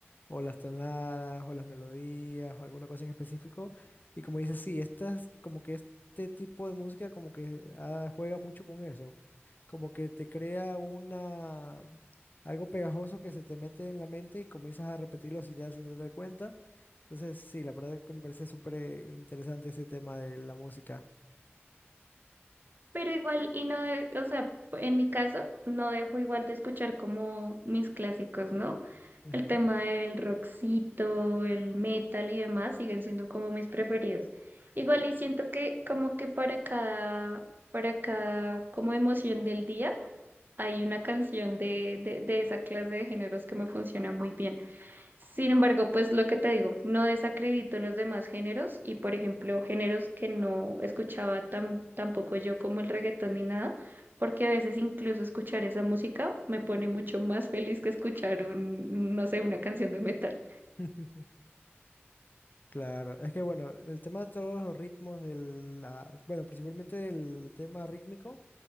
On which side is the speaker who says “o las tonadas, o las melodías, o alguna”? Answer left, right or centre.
Left